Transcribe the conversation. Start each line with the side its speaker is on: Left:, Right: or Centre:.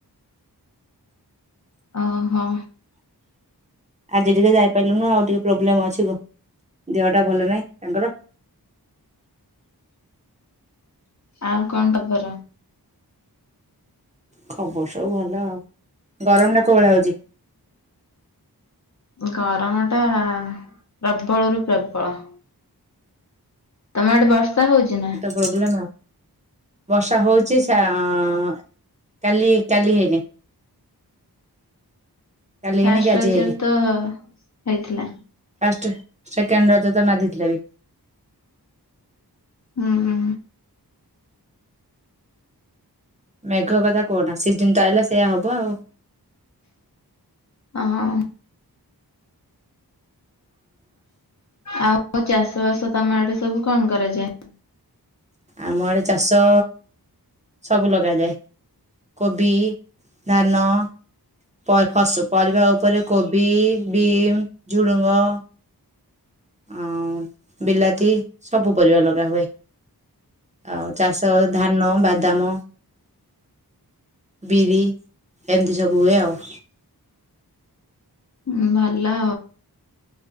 Left: ଓ ହଁ।
Right: ଆଜି ଟିକେ ଯାଇପାଇଲୁନୁ ଆଉ ଟିକେ ପ୍ରୋବ୍ଲେମ୍ ଅଛି ଘ- ଦେହଟା ଭଲ ନାହିଁ ତାଙ୍କର।
Left: ଆଉ କଣ ତପର?
Right: ଖବର ସବୁ ଭଲ, ଗରମ ଟା କୋଉ ଭଳିଆ ହୋଉଚି?
Left: ଗରମ ଟା ପ୍ରବଳରୁୁ ପ୍ରବଳ। ତୋମ ଆଡେ ବର୍ଷା ହଉଚି ନା?
Right: ବୁଝିଲେ ନା? ବର୍ଷା ହୋଉଚି ସା- ଆଁ, କାଲି, କାଲି ହେଇନି।
Left: <inaudible>
Right: କାଲି ହେଇନି
Left: ଫାଷ୍ଟ
Right: କି ଆଜି
Left: ରଜ
Right: ହେଇନି
Left: ରେ ତ ହେଇଥିଲା।
Right: ଫାଷ୍ଟ, ସେକେଣ୍ଡ୍ ରଜ ରେ ତ ନାଦି ଥିଲା ବି।
Left: ହୁଁ, ହୁଁ।
Right: ମେଘ କଥା କୁହନା ସିଜିନ୍ ତ ଆଇଲା ସେଇଆ ହବ ଆଉ।
Left: ଅ, ହଁ। ଆଉ ଚାଷ ବାସ ତୋମ ଆଡେ ସବୁ କଣ କରାଯାଏ?
Right: ଆମ ଆଡେ ଚାଷ ସବୁ ଲଗାଯାଏ। କୋବି, ଧାନ ପ ଫସ ପରିବା ଉପରେ କୋବି, ବିମ୍, ଝୁଡୁଙ୍ଗ। ଅଁ ବିଲାତି ସବୁ ପରିବା ଲଗା ହୁଏ। ଆଉ ଚାଷ ଧାନ, ବାଦାମ ବିରି ଏମିତି ସବୁ ହୁଏ ଆଉ।
Left: ଉଁ, ଭଲ।